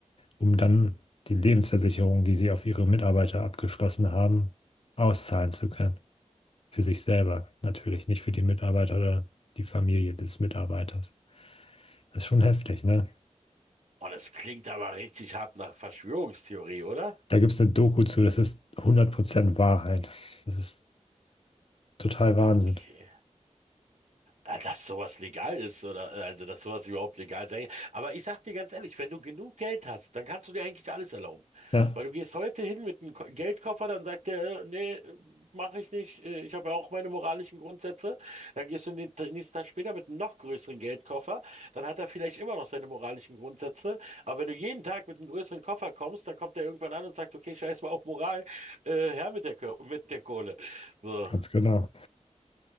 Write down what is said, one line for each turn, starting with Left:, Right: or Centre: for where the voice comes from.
Left: um dann die Lebensversicherung, die sie auf ihre Mitarbeiter abgeschlossen haben, auszahlen zu können. Für sich selber natürlich, nicht für die Mitarbeiter oder die Familie des Mitarbeiters. Das ist schon heftig, ne?
Right: Oh, das klingt aber richtig hart nach Verschwörungstheorie, oder?
Left: Da gibt es eine Doku zu, das ist hundert Prozent Wahrheit. Das ist total Wahnsinn.
Right: Okay. Ja, Dass sowas legal ist oder äh, also dass sowas überhaupt legal sein. kann. Aber ich sag dir ganz ehrlich, wenn du genug Geld hast, dann kannst du dir eigentlich alles erlauben.
Left: Ja,
Right: Weil du gehst heute hin mit einem Ko- Geldkoffer, dann sagt der, äh, nee, mache ich nicht, äh, ich habe ja auch meine moralischen Grundsätze. Dann gehst du den t- nächsten Tag später mit einem noch größeren Geldkoffer, dann hat er vielleicht immer noch seine moralischen Grundsätze. Aber wenn du jeden Tag mit einem größeren Koffer kommst, dann kommt er irgendwann an und sagt, okay, scheiß mal auf Moral, äh, her mit der, Ko- mit der Kohle. So.
Left: ganz genau.